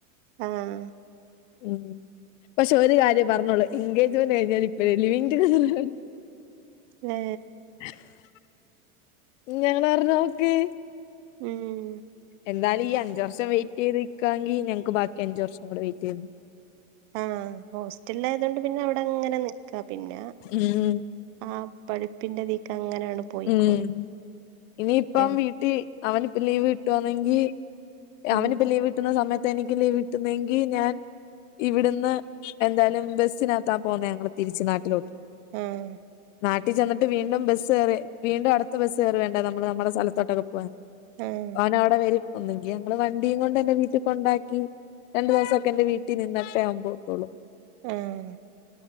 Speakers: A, on the right; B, on the left.
A: ആഹ്
B: ഉം പക്ഷെ ഒരു കാര്യം പറഞ്ഞോളു എൻഗേജ്മെന്റ് കഴിഞ്ഞാൽ അവനിപ്പഴെ ലിവിങ് ടുഗദർ
A: ഏ
B: <unintelligible> നോക്ക്
A: ഉം
B: എന്താലും ഈ അഞ്ച് വർഷം വെയിറ്റ് ചെയ്ത്ക്കാങ്കി ഞങ്ങക്ക് ബാക്കി അഞ്ച് വർഷം കൂടെ വെയയിറ്റ് ചെയ്ത്
A: ആഹ് ഹോസ്റ്റൽല് ആയതുകൊണ്ട് പിന്നെ അവിടെ അങ്ങനെ നിക്കാ പിന്നെ
B: ഉം.
A: ആഹ് പഠിപ്പിന്റെതീക്ക് അങ്ങനെയാണ് പോയിക്കോളും
B: ഉം ഇനിയിപ്പം
A: ഏ
B: വീട്ടിൽ അവനിപ്പ ലീവ് കിട്ടുവാണെങ്കി
A: ഉം
B: അവനിപ്പ ലീവ് കിട്ടുന്ന സമയത്ത് എനിക്ക് ലീവ് കിട്ടുന്നെങ്കി ഞാൻ ഇവിടുന്ന് എന്തായാലും ബസിനകത്താ പോകുന്നെ ഞങ്ങള് തിരിച്ച് നാട്ടിലോട്ട്
A: ആഹ്
B: നാട്ടിൽ ചെന്നിട്ട് വീണ്ടും ബസ് കയറി വീണ്ടും അടുത്ത ബസ് കയറി വേണ്ട നമ്മള് നമ്മുടെ സ്ഥലത്തോട്ടൊക്കെ പോവാൻ
A: ആഹ്
B: അവൻ അവിടെ വരും ഒന്നെങ്കി ഞങ്ങള് വണ്ടിയും കൊണ്ടൻ്റെ വീട്ടിൽ കൊണ്ടാക്കി രണ്ടു ദിവസമൊക്കെ എന്റെ വീട്ടിൽ നിന്നിട്ടെ അവൻ പോകത്തൊള്ളൂ
A: ആഹ്